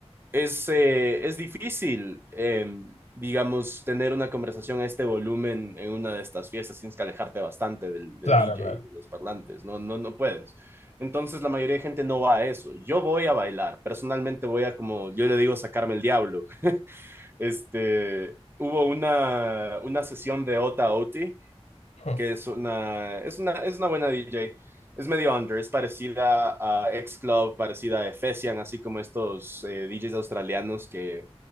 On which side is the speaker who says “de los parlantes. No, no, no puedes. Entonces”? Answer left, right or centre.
Right